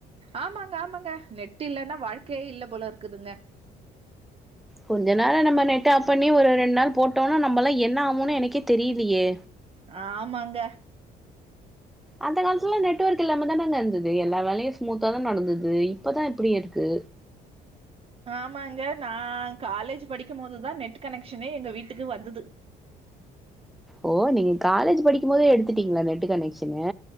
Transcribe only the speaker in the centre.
கொஞ்ச நேரம் நம்ம நெட்ட ஆப் பண்ணி ஒரு ரெண்டு நாள் போட்டோம்னா நம்மளாம் என்ன ஆவோம்னு எனக்கே தெரியலயே
அந்த காலத்துலாம் நெட்ஒர்க் இல்லாம தானே அங்க இருந்தது எல்லா வேலயும் ஸ்மூத்தா தா நடந்தது இப்பதான் இப்டி இருக்கு
ஓ நீங்க காலேஜ் படிக்கும் போதே எடுத்துட்டீங்களா நெட்டு் கனெக்சனு